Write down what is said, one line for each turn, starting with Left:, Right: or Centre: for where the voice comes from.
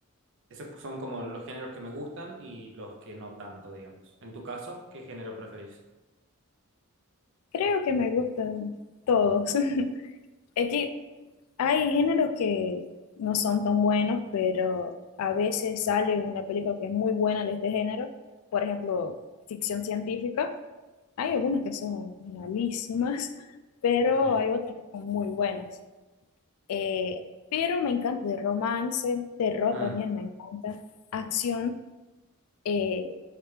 Right: Esos son como los géneros que me gustan y los que no tanto, digamos. En tu caso, ¿qué género preferís?
Left: Creo que me gustan todos. <laughs> Es que Hay géneros que no son tan buenos, pero a veces sale una película que es muy buena de este género. Por ejemplo, ficción científica. Hay algunas que son malísimas, <laughs> pero
Right: Mm,
Left: hay otras que son muy buenas. Eh, pero me encanta de romance, terror
Right: mm,
Left: también me encanta, acción. eh,